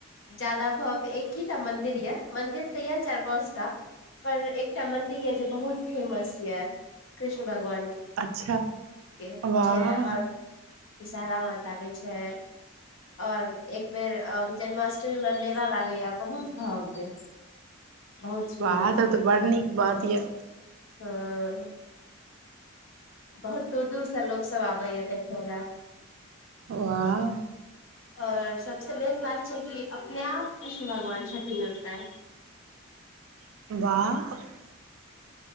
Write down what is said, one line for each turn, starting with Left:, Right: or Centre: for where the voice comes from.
Left: ज्यादा भब एकहिटा मंदिर यऽ। मंदिर तऽ यए चारि पाँच टा पर एकटा मंदिर ये, जे बहुत फेमस ये, कृष्ण भगवान के।
Right: अच्छा
Left: के
Right: वाह
Left: छै आओर विषहारा माता अबै छै। आओर एक बेर अ जन्माष्टमी म मेला लागैए बहुत भव्य। बहुत सुन्दर
Right: बा तब तऽ बड़ नीक बात य।
Left: ह बहुत दूर दूर स लोक सब आबैए देखय ल।
Right: वाह
Left: और सबसँ मेन बात छै कि, अपने आप कृष्ण भगवान छथिन्ह ओता।
Right: वाह